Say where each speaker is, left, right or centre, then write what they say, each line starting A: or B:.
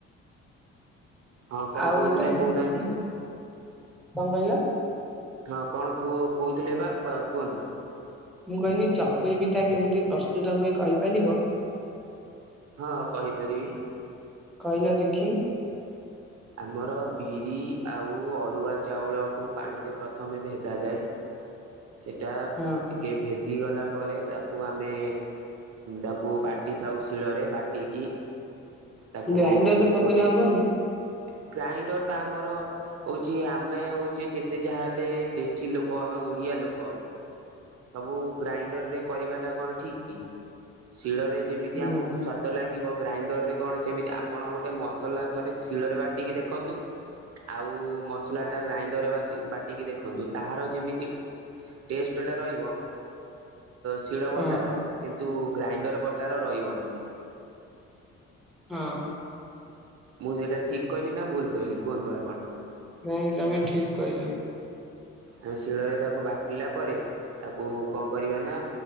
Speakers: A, on the right; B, in the centre.
A: ହଁ କଣ
B: ଆଉ
A: କହୁଥିଲେ
B: ତମେ ଚକୁଳି
A: କହୁନାହାନ୍ତି।
B: ପିଠା- କଣ କହିଲ।
A: ହଁ କଣ କୁ କହୁଥିଲେ ବା କୁହନ୍ତୁ।
B: ମୁଁ କହିଲି ଚକୁଲ ପିଠା କେମିତି ପ୍ରସ୍ତୁତ ହୁଏ କହିପାରିବ?
A: ହଁ କହିପାରିବି।
B: କହିଲା ଦେଖି?
A: ଆମର ବିରି ଆଉ ଅରୁଆ ଚାଉଳକୁ ପାଣିରେ ପ୍ରଥମେ ଭେଦାଯାଏ। ସେଟା
B: ହଁ
A: ଟିକେ ଭେଦି ଗଲା ପରେ ତାକୁ ଆମେ ତାକୁ ବାଟି ଥାଉ ଶିଳରେ ବାଟିକି ତାକୁ
B: ଗ୍ରାଇଣ୍ଡରରେ କରିଦେଲେ
A: ଗୋଟେ
B: ହବନି
A: ହ ଗ୍ରାଇଣ୍ଡର ତ ଆମର ହଉଛି ଆମେ ହଉଛେ ଯେତେ ଯାହା ହେଲେ ଦେଶୀ ଲୋକ ଆମେ ଓଡି ଆ ଲୋକ। ସବୁ ଗ୍ରାଇଣ୍ଡର ରେ କରିବା ଟା କଣ ଠିକ କି ଶିଳରେ ଯେମିତି ଆମକୁ
B: ନା
A: ସ୍ଵାଦ ଲାଗିବ ଗ୍ରାଇଣ୍ଡର ରେ କଣ ସେମିତି ଆପଣ ଗୋଟେ ମସଲା ଥରେ ଶିଳରେ ବାଟିକି ଦେଖନ୍ତୁ। ଆଉ ମସଲା ଟା ଗ୍ରାଇଣ୍ଡରରେ ବାଟିକି ଦେଖନ୍ତୁ ତାହାର ଯେମିତି ଟେଷ୍ଟ ଟା ରହିବ ଶିଳ ବଟାର
B: ହଁ
A: କିନ୍ତୁ ଗ୍ରାଇଣ୍ଡର ବଟାରେ ରହିବନି।
B: ହଁ।
A: ମୁଁ ସେଇଟା ଠିକ କହିଲି ନା ଭୁଲ କହିଲି କୁହନ୍ତୁ ଆପଣ।
B: ନାଇଁ ତମେ ଠିକ କହିଲ
A: ଆମେ ଶିଳରେ ତାକୁ ବାଟିଲା ପରେ ତାକୁ କଣ କରିବା ନା